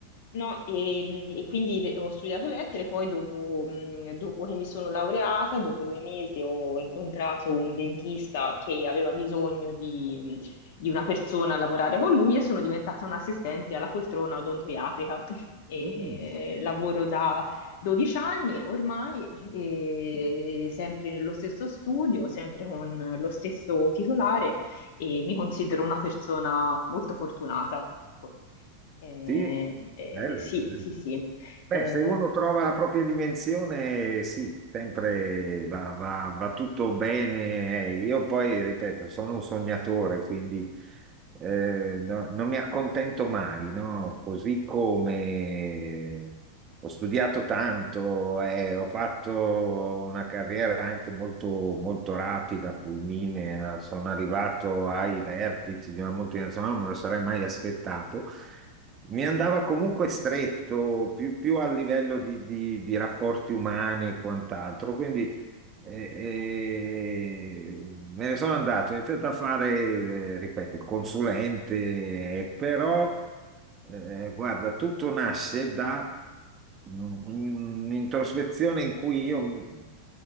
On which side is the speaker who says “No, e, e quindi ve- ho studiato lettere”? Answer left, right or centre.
Left